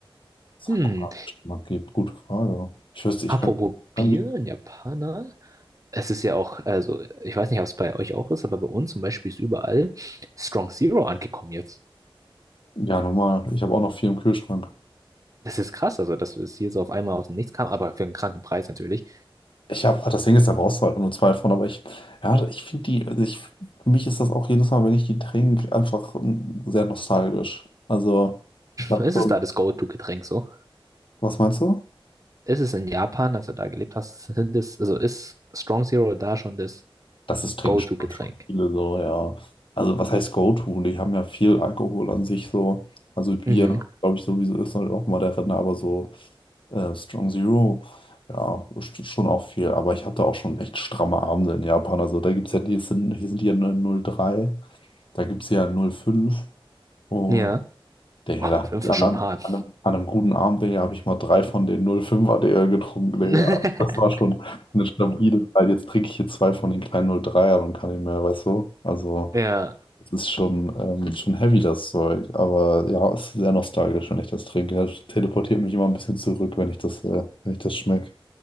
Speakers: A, on the left; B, on the right.
A: Sakura-Geschmack
B: Hm.
A: gibt. Gute Frage. Ich wüsste, ich
B: Apropos
A: könnte
B: Bier,
A: irgendwie,
B: ein Japaner. Es ist ja auch, also ich weiß nicht, ob es bei euch auch ist, aber bei uns zum Beispiel ist überall Strong Zero angekommen jetzt.
A: ja, normal, ich habe auch noch viel im Kühlschrank.
B: Das ist krass, also dass es hier so auf einmal aus dem Nichts kam, aber für einen kranken Preis natürlich.
A: Ich habe, das Ding ist, da brauchst du halt nur zwei von, aber ich, ja, ich finde die, also ich, für mich ist das auch jedes Mal, wenn ich die trinke, einfach mm, sehr nostalgisch. Also, ich sag
B: Es
A: schon,
B: ist da das Go-To-Getränk so.
A: was meinst du?
B: ist es in Japan, als du da gelebt hast, sind es, also ist Strong Zero da schon das
A: Das ist trinken
B: Go-To-Getränk?
A: schon schon viele so, ja. Also, was heißt Go-To? Die haben ja viel Alkohol an sich so. Also, Bier,
B: Mhm.
A: glaube ich, sowieso ist halt auch mal der Renner, aber so äh, Strong Zero, ja, st- schon auch viel. Aber ich hatte auch schon echt stramme Abende in Japan. Also, da gibt es ja, die sind, hier sind die ja 0,3, da gibt es ja 0,5. Und
B: Ja.
A: Digga,
B: Oh, eine
A: da habe
B: fünf
A: ich
B: ist
A: an
B: schon
A: einem,
B: hart.
A: an einem, an einem guten Abend, Digga, habe ich mal drei von den 05er, Digga, getrunken,
B: <laughs>
A: Digga. Das war schon eine stabile Zeit. Jetzt trinke ich hier zwei von den kleinen 03ern und kann nicht mehr, weißt du? Also,
B: Ja.
A: es ist schon, ähm, schon heavy, das Zeug. Aber ja, es ist sehr nostalgisch, wenn ich das trinke. Das teleportiert mich immer ein bisschen zurück, wenn ich das, äh, wenn ich das schmecke.